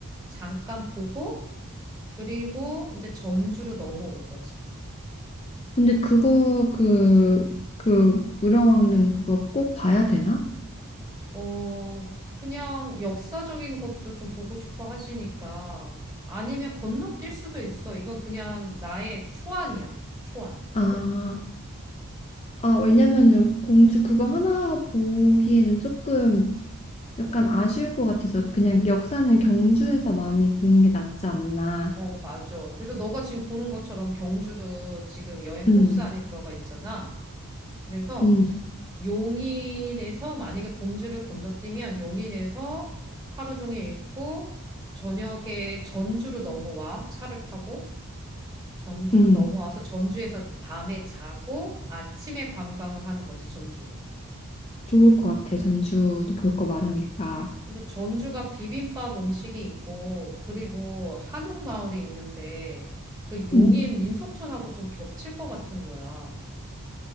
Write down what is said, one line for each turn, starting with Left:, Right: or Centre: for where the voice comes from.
Right: 잠깐 보고 그리고 이제 전주로 넘어오는 거지.
Left: 근데 그거 그, 그 무령왕릉 그거 꼭 봐야 되나?
Right: 어, 그냥 역사적인 것도 좀 보고 싶어 하시니까 아니면 건너뛸 수도 있어. 이건 그냥 나의 초안이야. 초안.
Left: 아, 아 왜냐면은 공주
Right: 어.
Left: 그거 하나 보기에는 조금 약간 아쉬울 것 같아서 그냥 역사는 경주에서 많이 보는 게 낫지 않나.
Right: 어, 맞아. 그래서 너가 지금 보는 것처럼 경주도 지금 여행
Left: 음,
Right: 코스 안에 들어가 있잖아. 그래서
Left: 음,
Right: 용인에서 만약에 공주를 건너뛰면 용인에서 하루 종일 있고 저녁에 전주로 넘어와 차를 타고 전주로
Left: 음.
Right: 넘어와서 전주에서 밤에 자고 아침에 관광을 하는 거지 전주를.
Left: 좋을 것 같아. 전주도 볼 거 많으니까.
Right: 근데 전주가 비빔밥 음식이 있고 그리고 한옥마을이 있는데 그 용인
Left: 음.
Right: 민속촌하고 좀 겹칠 것 같은 거야.